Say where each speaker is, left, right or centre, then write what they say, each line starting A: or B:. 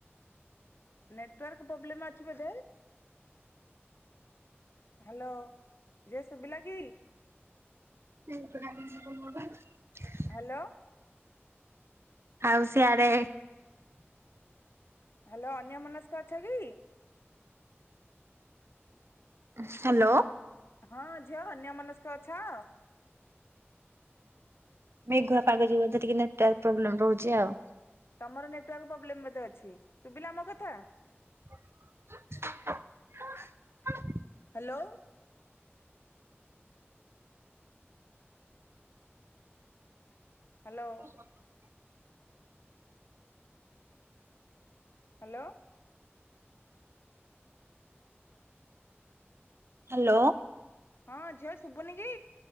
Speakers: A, on the left; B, on the right.
A: ନେଟୱାର୍କ ପ୍ରୋବ୍ଲେମ୍ ଅଛି ବୋଧେ? ହ୍ୟାଲୋ ଝିଅ ଶୁଭିଲା କି?
B: ସେଇ-
A: ହ୍ୟାଲୋ।
B: ଆଉ ସିଆଡେ
A: ହ୍ୟାଲୋ ଅନ୍ୟ ମନସ୍କ ଅଛ କି
B: ହ୍ୟାଲୋ।
A: ହଁ ଝିଅ ଅନ୍ୟ ମନସ୍କ ଅଛ।
B: ମେଘୁଆ ର ପାାଗ ଯିବ ବୋଧ ଟିକେ ନେଟାର୍ ପ୍ରୋବ୍ଲେମ ରହୁଛି ଆଉ।
A: ତମର ନେଟୱାର୍କ ପ୍ରୋବ୍ଲେମ ବୋଧେ ଅଛି। ଶୁବିଲା ମୋ କଥା।
B: <unintelligible>
A: ହ୍ୟାଲୋ। ହ୍ୟାଲୋ।
B: <unintelligible>
A: ହ୍ୟାଲୋ।
B: ହ୍ୟାଲୋ।
A: ହଁ ଝିଅ ଶୁଭୁନି କି?